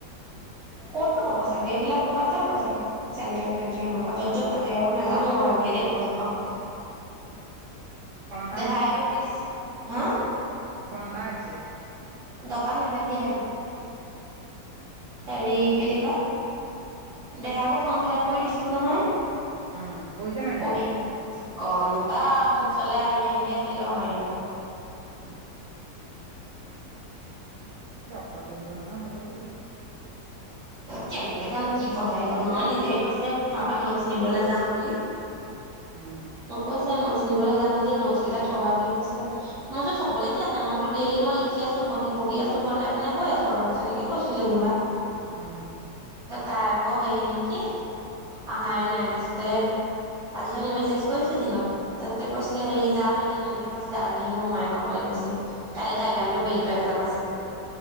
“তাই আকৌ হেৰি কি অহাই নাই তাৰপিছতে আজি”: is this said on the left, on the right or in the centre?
Right